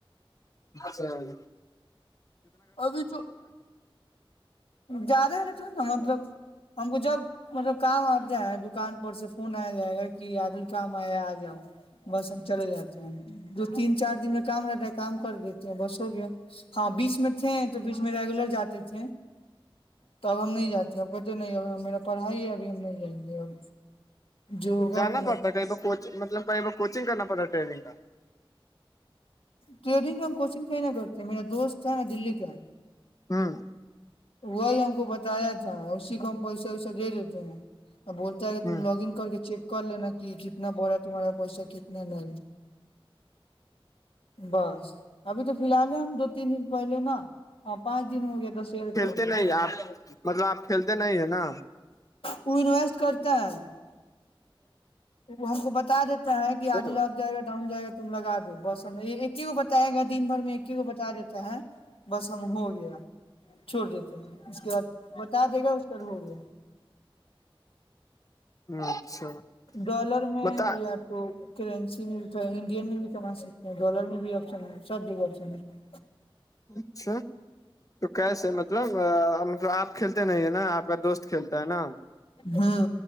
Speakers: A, on the left; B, on the left.
A: سا <inaudible> <unintelligible>
B: ابھی تو زیادہ ہے نا تو نا مطلب ہم کو جب مطلب کام آتا ہے دکان پر سے فون آ جائے گا کہ عادل کام آیا آ جاؤ بس ہم چلے جاتے دو تین چار دن میں کام رہتا ہے کام کر دیتے ہیں بس ہو گیا ہاں بیس میں تھے تو بیچ میں ریگولر جاتے تھے ت اب ہم نہیں جاتے اب کہتے نہیں اب میرا پڑھائی ہے ابھی ہم نہیں جائیں گے اب جو ہوگا
A: جانا
B: اپنا
A: پڑتا کہیں بچنگ مطلب کہیں کوچنگ کرنا پڑتا ٹریننگ کا
B: ٹرینگ ہم کوچنگ تو ہیا کرتے میرا دوست ہے نا دلی کا
A: ہاں
B: وہی ہم کو بتایا تھا اسی کو ہم پیسہ ویسہ دے دیتے ہیں اور ب
A: ہوں
B: تم لاگن کر کے چیک کر لینا کہ کتنا بڑا ہے تمہارا پیسہ کتنا نہیں بس ابھی تو فی الحال ہے ہم دو تین دن پہلے نا ہ پانچ دن ہو گیا دسار
A: کل نہیں آپ مطلب آپ کھیلتے نہیں ہے نا
B: پوری لئے <unintelligible> کرتے ہیں وہ ہم کو بتا دیتا ہیں کہ
A: ہ
B: آادل آب جائے گا ڈاؤن جائے گا تم لگا دو بس ہم ایک ہی گ بتائے گ دن بھر میں ایک ہی کو بتا دیتا ہے بس ہم ہو گیا چھوڑ دیتے ہیں اس کے بعد بتا دے گا اس کا ہو گیا
A: اچھا <unintelligible>
B: ڈالر میں
A: بتا
B: یا تو کرنسی میں بھی تو انڈین میں بھی کما سکتے ہیں ڈالر میں بھی آپشن ہے سب جگہ آپشن ہے
A: اچھا تو کیسے مطلب مطب آپ کھیلتے نہیں ہیں نا آپ کا دوست کھیلتا ہے نا
B: ہوں